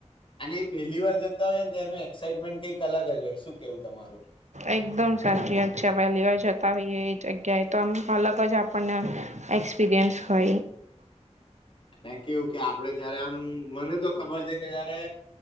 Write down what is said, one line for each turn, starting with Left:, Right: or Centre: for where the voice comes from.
Left: અને એ પહેલી વાર જતા હોય ને તો એનું એક્સાઈટમેન્ટ કઈક અલગ જ હોય શું કેવું તમારું
Right: એકદમ સાચી વાત છે પહેલી વાર જતા હોઈએ એ જગ્યાએ તો આમ અલગ જ આપણને એકક્સપીરયેન્સ હો
Left: એ કેવું કે આપડે જયારે આમ મને તો ખબર છે કે જયારે